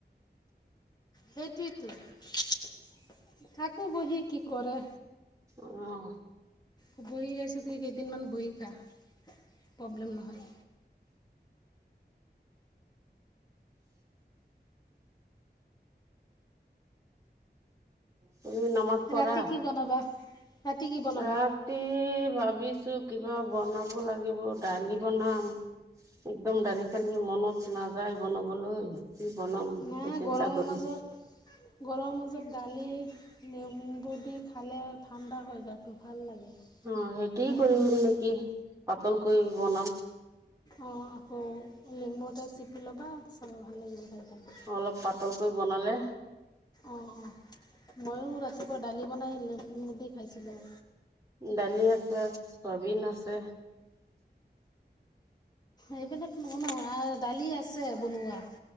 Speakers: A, on the left; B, on the right.
A: সেইটোৱেতো থাকো বহি কি কৰে।
B: আহ।
A: <unintelligible> কেইদিনমান বহিকা প্ৰব্লেম নহয়।
B: তুনমস্ পৰা
A: ৰাতি কি বনাবা ৰাতি কি বনাবা
B: ৰাতি ভাবিছো। কিবা বনাব লাগিব দালি বনাম। একদম দালি চালি মনত নাযায় বনাবলৈ। কি বনাম সেইটোয়া
A: নাই
B: চিন্তা
A: গৰমৰ
B: কৰি
A: মাজত গৰমৰ মাজত দালি নেমবো দি খালে ঠাণ্ডা হৈ যোৱাটো ভাল লাগে।
B: অ, সেইটো
A: অঁ
B: কৰিম নেকি, পাতল কৰি বনাম।
A: অ, আকৌ নেমু এটা চিপি লবা, চৰবত ভাল লাগিব খাই। কিনে
B: অলপ পাতলকৈ বনালে।
A: অ'-অ', ময়ো ৰাতিপুৱা দালি বনাইদি <unintelligible> খাইছিলো।
B: দালি আছে, ছায়াবিন আছে।
A: এইবিলাক ন-ন আৰু দালি আছে বনোৱা।